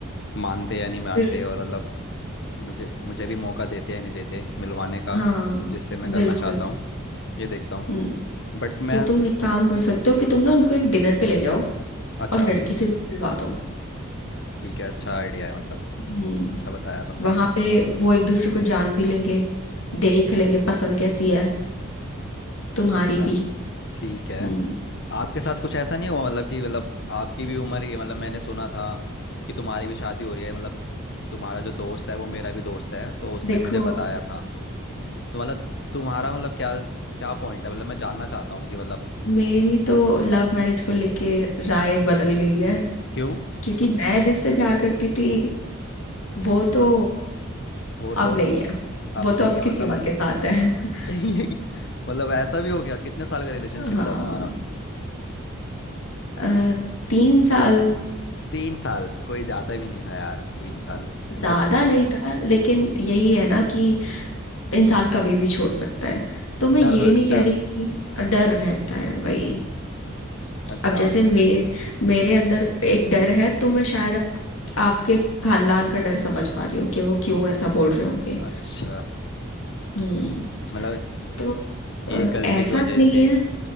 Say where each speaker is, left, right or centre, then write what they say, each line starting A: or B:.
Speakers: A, on the left (about 55°); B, on the left (about 80°).
A: मानते हैं या नहीं मानते
B: बिल-
A: और मतलब मुझे मुझे भी मौका देते या नहीं देते मिलवाने का
B: हाँ
A: जिससे मैं करना
B: बिल्कुल
A: चाहता हूँ ये देखता हूँ
B: हम्म
A: बट मैं
B: तो तुम
A: तो
B: एक काम कर सकते हो कि तुम ना उनको एक डिनर पे ले जाओ
A: अच्छा
B: और लड़की से भी मिलवा दो
A: ठीक है अच्छा आइडिया है मतलब
B: हम्म
A: अच्छा बताया तुमने
B: वहां पे वो एक दूसरे को जान भी लेंगे देख लेंगे पसंद कैसी है तुम्हारी
A: अच्छा
B: भी
A: ठीक है
B: हम्म
A: आपके साथ कुछ ऐसा नहीं हुआ मतलब कि मतलब आपकी भी उम्र ही है मतलब मैंने सुना था कि तुम्हारी भी शादी हो रही है मतलब तुम्हारा जो दोस्त है वो मेरा भी दोस्त है तो उसने
B: देखो
A: मुझे बताया था तो मतलब तुम्हारा मतलब क्या क्या पॉइंट है मतलब मैं जानना चाहता हूँ कि मतलब
B: मेरी तो लव मैरिज को लेके राय बदल गई है
A: क्यों
B: क्योंकि मैं जिससे प्यार करती थी वो तो
A: वो तो
B: अब नहीं है
A: अब
B: वो
A: नहीं
B: तो अब
A: है
B: किसी
A: मतलब
B: और के साथ है <laughs>
A: <laughs> मतलब ऐसा भी हो गया कितने साल का रिलेशनशिप
B: हाँ
A: था तुम्हारा
B: अ, तीन साल
A: तीन साल कोई ज्यादा भी नहीं था यार तीन साल
B: ज्यादा
A: बट
B: नहीं था लेकिन यही है ना कि इंसान कभी भी छोड़ सकता है तो मैं
A: डर
B: ये नहीं
A: डर
B: कह रही कि डर रहता है वही
A: अच्छा
B: अब जैसे मे मेरे अंदर एक डर है तो मैं शायद अब आपके खानदान का डर समझ पा रही हूँ कि वो क्यों ऐसा बोल रहे होंगे
A: अच्छा
B: हम्म
A: मतलब
B: तो अ,
A: एक गलती
B: ऐसा
A: की वजह
B: नहीं
A: से
B: है